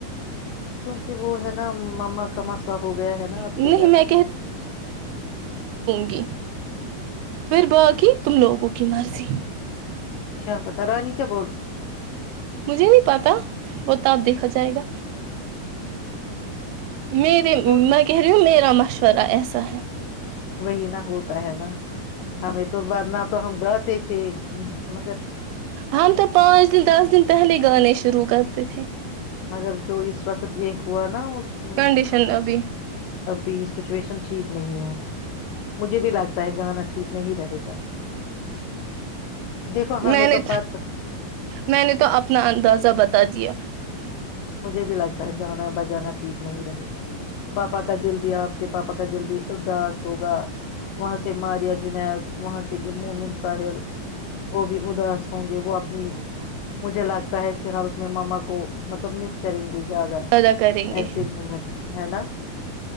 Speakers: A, on the left; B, on the right.
A: <unintelligible> وہ ہے نا مما کا مسا ہو گیا ہے نا آپ
B: نہیں
A: کے گھر
B: میں
A: پہ
B: گ پھر ب کی تم لوگ کوکی مارسی
A: کیا پتا رانی کا
B: مجھے نہیں پتا ب تو آب دیکھا جائے گا میرری
A: ہو
B: میں کہ میرا مشورہ طرا ایسا ہے
A: وہی نا ہوتا ہے نا ہمیں تو تو بد نہ تو ہم گتے تھے مگر
B: ہم تو پانچ دن دس دن پہلے گانے شروع کرتے تھے
A: مگر جو اس وقت یہ ہوا نا ہوں
B: کنڈیشن ابھی
A: ابھی سچویشن ٹھیک نہیں ہے مجھے بھی لگتا ہے گانا ٹھیک نہیں رہے گا دیکھو ہمیں
B: میں نے
A: تو پت
B: میں نے تو اپنا اندازہ بتا دیا
A: مجھے بھی لگتا ہے گانا بجانا ٹھیک نہیں رہے گا پاپا کا دل بھی آپ کے پاپا کا جلدی اداس ہوگا وہاں سے ماریا ج جد وہاں سے اومن ساحل وہ بھی اداس ہوں گے وہ اپنی مجھے لگتا ہے س ہل میں ماما کو مب کریں گے زیادہ
B: ادا کریں گے
A: ایسے موومنٹ ہے نا